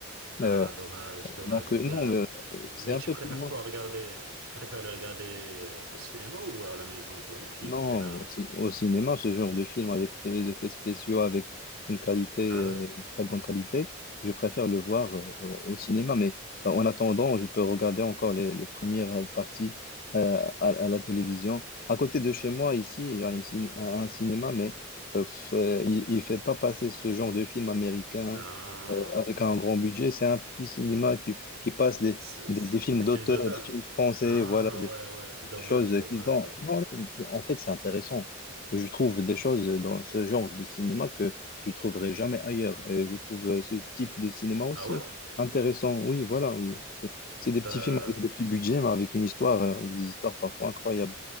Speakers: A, on the right (about 70°); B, on the left (about 40°).
A: Ah,
B: Euh,
A: dommage, dommage.
B: donc euh,
A: Euh,
B: non, mais, euh,
A: mais
B: c'est un
A: tu
B: peu
A: préfères
B: plus loin.
A: toi regarder, tu préfères les regarder euh, au cinéma ou à la maison, toi, les films
B: Non,
A: en général?
B: au, ci- au cinéma, ce genre de film avec les effets spéciaux, avec une qualité,
A: Ah
B: euh,
A: ouais?
B: une très bonne qualité, je préfère le voir euh, au au cinéma. Mais euh, en attendant, je peux regarder encore les, les premières euh, parties euh, à, à la télévision. À côté de chez moi, ici, il y a une cin- un un cinéma, mais euh, pff, euh, il ne fait pas passer ce genre de film américain
A: Non.
B: euh, avec un grand budget. C'est un petit cinéma qui, qui passe des,
A: C'est-
B: des,
A: c'est
B: des films
A: des
B: d'auteurs,
A: films d'auteur.
B: des films français,
A: Ah
B: voilà,
A: ouais, ouais. Dommage,
B: choses
A: dommage,
B: qu'ils ont.
A: dommage.
B: Non, non, en fait, c'est intéressant. Je trouve des choses dans ce genre de cinéma que je trouverai jamais ailleurs. Et je trouve euh, ce type de cinéma aussi
A: Ah ouais?
B: intéressant. Oui, voilà, oui. C'est c'est des petits
A: T'as-
B: films avec des petits budgets, mais avec une histoire, euh, avec des histoires parfois incroyables.